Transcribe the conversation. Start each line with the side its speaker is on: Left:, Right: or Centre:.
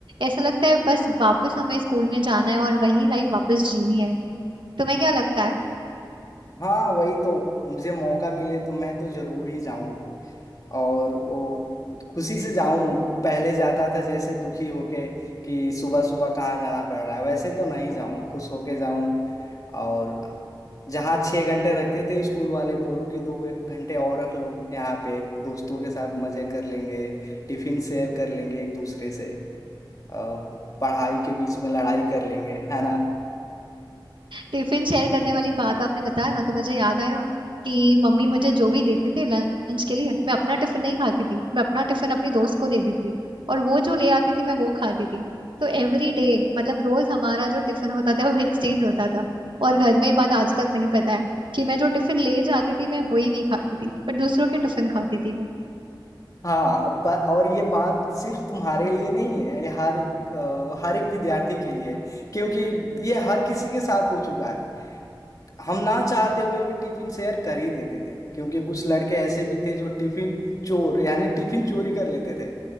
Right: ऐसा लगता है बस वापस हमें स्कूल में जाना है और वही लाइफ वापस जीनी है तुम्हें क्या लगता है
Left: हाँ वही तो मुझे मौका मिले तो मैं तो जरूर ही जाऊं और वो खुशी से जाऊं पहले जाता था जैसे दुखी होके कि सुबह सुबह कहाँ जाना पड़ रहा है वैसे तो नहीं जाऊं खुश होके जाऊं और जहाँ छः घंटे रखते थे स्कूल वाले बोलो कि दो घंटे और रख लो यहाँ पे दोस्तों के साथ मजे कर लेंगे टिफिन शेयर कर लेंगे एक दूसरे से अ, पढ़ाई के बीच में लड़ाई कर लेंगे है ना
Right: टिफिन शेयर करने वाली बात आपने बताया ना तो मुझे याद आया कि मम्मी मुझे जो भी देते थे लंच के लिए मैं अपना टिफिन नहीं खाती थी मैं अपना टिफिन अपनी दोस्त को देती थी और वो जो ले आती थी मैं वो खाती थी तो एवरी डे मतलब रोज हमारा जो टिफिन होता था वो एक्सचेंज होता था और घर में ये बात आज तक नहीं पता है कि मैं जो टिफिन ले जाती थी मैं वही नहीं खाती थी पर दूसरों के टिफिन खाती थी मैं
Left: हाँ पर और ये बात सिर्फ तुम्हारे लिए नहीं है ये हर एक अ, हर एक विद्यार्थी के लिए है क्योंकि ये हर किसी के साथ हो चुका है हम ना चाहते हुए भी टिफिन शेयर कर ही देते थे क्योंकि कुछ लड़के ऐसे भी थे जो टिफिन चोर यानी टिफिन चोरी कर लेते थे